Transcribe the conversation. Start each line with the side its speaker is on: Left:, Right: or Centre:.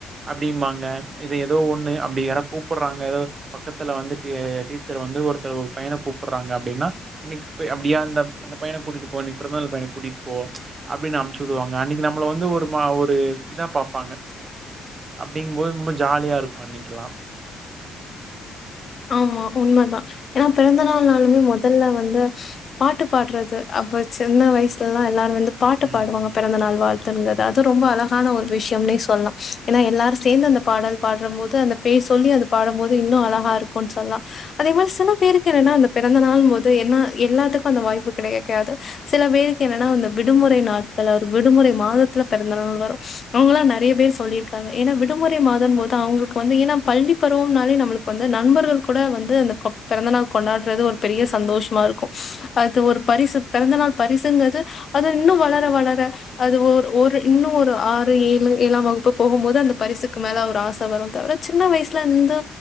Right: அப்டிம்பாங்க இது எதோ ஒண்ணு அப்டி யாரோ கூப்ட்றாங்க எதோ பக்கத்ல வந்து டீச்சர் வந்து ஒருத்தர் ஒர் பையன கூப்புட்றாங்க அப்டின்னா இன்னிக் அப்டியா அந்த அந்தப் பையன கூட்டிட்டு போ இன்னிக் பிறந்தநாள் பையன கூட்டிட்டு போ அப்டின்னு அனுப்ச்சு உடுவாங்க அன்னிக்கு நம்ள வந்து ஒர் மா ஒரு இதா பாப்பாங்க அப்டிங்கும்போது ரொம்ப ஜாலியா இருக்கும் அன்னிக்கெலாம்
Left: ஆமா உண்மை தான் ஏனா பிறந்த நாள் நாளுமேமொதல்ல வந்து பாட்டு பாட்றது அப்ப சின்ன வயசுல்லே எல்லாரும் வந்து பாட்டு
Right: ம்.
Left: பாடுவாங்க பிறந்த நாள் வாழ்த்துனுங்க அது ரொம்ப அழகான ஒரு விஷயம்னே சொல்லலா ஏன்னா எல்லாரும் சேர்ந்து அந்த பாடல் பாடுற போது அந்த பே சொல்லி அந்த பாடும்போது இன்னும் அழகா இருக்கோ மா சில பேரு என்ன ப போ எல்லாத்துக்குந்த வாய்ப்பு கெடைக்காது சில பேருக்கு என்ன விடுமுறை நாட்கள் விடுமுறை மாதத்துல பிறந்த நாள் வரோ அவங்களா நறைய பேர் சொல்லி இருக்காங்க விடுமுறை மாதம் போது அவுங்குளுக்கு வந்து ஏன்னா பள்ளி பருவம் நாளே நம்முளுக்கு வந்து நண்பர் நண்பர்கள் கூட வந்து அந்த பெறந்த நாள் கொண்டாடுறது ஒரு பெரிய சந்தோஷமா இருக்கோ அது ஒரு பரிசு பெறந்த நாள் பரிசுங்கிறது அது இன்னு வளர வளர அது ஒரு ஒரு இன்னோ ஒரு ஆறு ஏழு ஏழாம் வகுப்பு போகும் போது அந்த பரிசுக்கு மேல ஒரு ஆச வரோ தவிர சின்ன வயசுல இருந்து